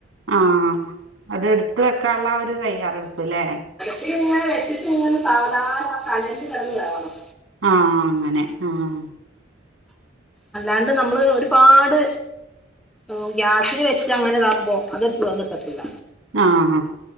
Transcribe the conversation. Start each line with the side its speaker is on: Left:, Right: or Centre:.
Right: ആഹ് അത് എട്ത്ത് വെക്കാനുള്ള ആഹ് ഒരു തയ്യാറെടുപ്പ് ലെ
Centre: ഇത് ഇങ്ങനെ വെച്ചിട്ട് ഇങ്ങനെ സാധാ ആഹ് കനലിൽ കിടന്ന് വേവണം.
Right: ആഹ് അങ്ങനെ ആഹ്
Centre: അല്ലാണ്ട് നമ്മള് ഒരുപാട് ഓം ഗ്യാസില് വെച്ച് അങ്ങനെതാകുമ്പോ അതൊരു സുഖം കിട്ടത്തില്ല.
Right: ആഹ്